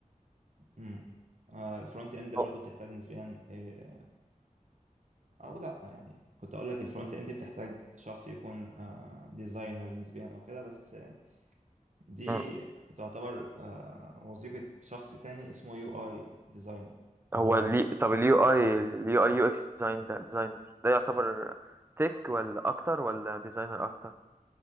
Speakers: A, on the right (about 55°); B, on the right (about 15°).
A: امم آه الفرونت اند
B: هو
A: برضه بتحتاج نسبيا آه، او لا يعني كنت اقول لك الفرونت اند بتحتاج شخص يكون ديزاينر نسبيا او كده بس آه، دي
B: مم.
A: تعتبر آه، وظيفة شخص تاني اسمه يو اي ديزاينر
B: هو
A: اللي هو
B: ليه طب اليو اي اليو اي يو اكس ديزاين ده ديزاينر ده يعتبر تك ولا اكتر ولا ديزاينر اكتر